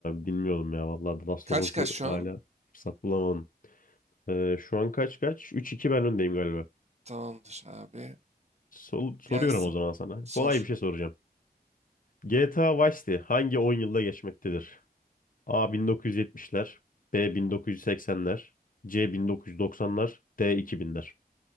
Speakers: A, on the left; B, on the right.
A: bilmiyorum ya vallahi The Last
B: Kaç
A: of Us'ı
B: kaç şu
A: hala
B: an?
A: fırsat bulamadım. Ee, şu an kaç kaç? Üç iki ben öndeyim galiba.
B: Tamamdır abi.
A: Sol- soruyorum
B: Gelsin.
A: o zaman sana.
B: Sor.
A: Kolay bir şey soracağım. GTA Vice City hangi 10 yılda geçmektedir? A 1970'ler, B 1980'ler, C 1990'lar, D 2000'ler.